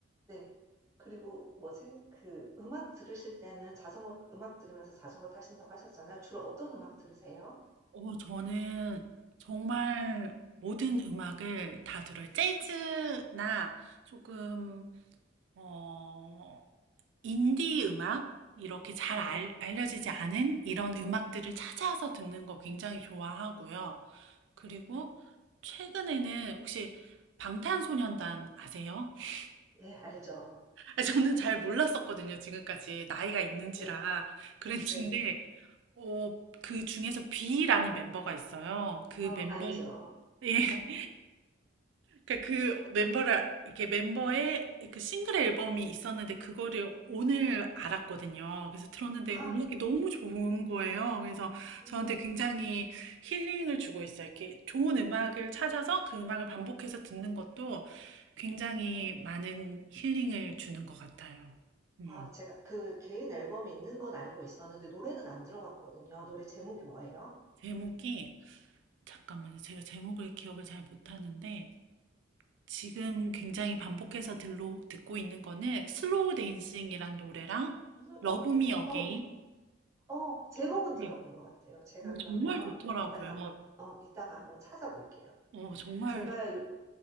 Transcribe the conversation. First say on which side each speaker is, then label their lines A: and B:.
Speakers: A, on the right; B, on the right.
A: 네. 그리고 뭐지 그 음악 들으실 때는 자전거 음악 들으면서 자전거 타신다고 하셨잖아요. 주로 어떤 음악 들으세요?
B: 어, 저는 정말 모든 음악을 다 들어요. 재즈나 조금, 어, 인디 음악? 이렇게 잘
A: 네.
B: 알, 알려지지 않은 이런 음악들을 찾아서 듣는 거 굉장히 좋아하고요. 그리고
A: 네.
B: 최근에는 혹시 방탄소년단 아세요? <laughs>
A: 네 알죠.
B: 아, 저는 잘 몰랐었거든요, 지금까지. 나이가 있는지라.
A: 네 네네.
B: 그랬는데,
A: 네.
B: 어, 그 중에서 B라는 멤버가 있어요. 그
A: 아
B: 멤버,
A: 알죠.
B: 예. <laughs> 그러니까 그 멤버를 이렇게 멤버의 그 싱글 앨범이 있었는데 그거를 오늘 알았거든요. 그래서 들었는데
A: 아.
B: 음악이 너무 좋은 거예요. 그래서
A: 음.
B: 저한테 굉장히 힐링을 주고 있어요. 이렇게 좋은 음악을 찾아서 그 음악을 반복해서 듣는 것도 굉장히 많은 힐링을 주는 것 같아요. 음.
A: 아 제가 그 개인 앨범이 있는 건 알고 있었는데 노래는 안 들어봤거든요. 노래 제목이 뭐예요?
B: 제목이 잠깐만요. 제가 제목을 기억을 잘 못하는데 지금 굉장히 반복해서 들로, 듣고 있는 거는 슬로우 댄싱이란 노래랑
A: 음.
B: 러브 미
A: 음.
B: 어게인
A: 어 어 제목은
B: 노래인데
A: 들어본 것 같아요. 제가
B: 어,
A: 그러면
B: 정말 좋더라고요.
A: 이따가 어 이따가 한번 찾아볼게요.
B: 어, 정말
A: 제가 요